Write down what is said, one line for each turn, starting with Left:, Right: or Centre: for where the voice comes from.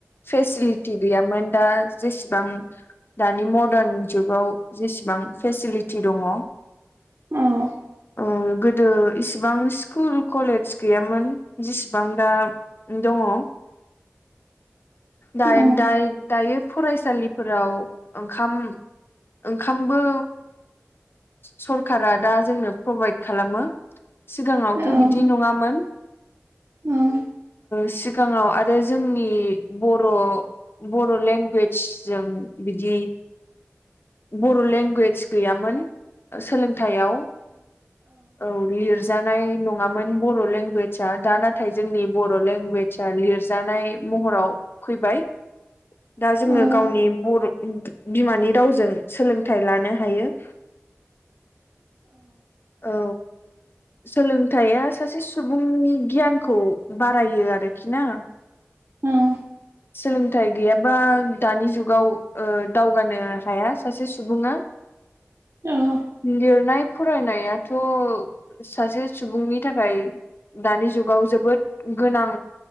Left: फेसिलिटि गैयामोन दा जेसेबां दानि मदार्न जुगाव जेसेबां फेसिलिटि दङ।
Right: औ
Left: उम गोदो इसिबां सि स्कुल कलेज गैयामोन जिसिबां दा दङ। दाय
Right: औ
Left: दायो दायो फरायसालिफोराव ओंखाम ओंखामबो सरखारा दा जोंनो प्रभाइद खालामो सिगाङाव
Right: औ
Left: नङामोन
Right: उम
Left: सिगाङाव आरो जोंनि बर' बर' लेंगुवेजजों बिदि बर' लेंगुवेज गैयामोन। सोलोंथायाइयाव औ लिरजानाय नङ नङामोन बर' लेंगुवेजआ दा नाथाय जोंनि बर' लेंगुवेजआ लिरजानाय महराव फैबाय।
Right: <inaudible>
Left: दा जोङो
Right: औ
Left: गावनि बर' बिमानि रावजों सोलोंथाइ लानो हायो। औ सोलोंथाइया सासे सु सुबुंनि गियानखौ बारायो आरोखि ना।
Right: उम
Left: सोलोंथाइ गैयाबा दानि जुगाव दावगानो हाया सासे सुबुङा।
Right: औ
Left: लिरनाय फरायनायाथ' सासे सुबुंनि थाखाय दानि जुगाव जोबोद गोनां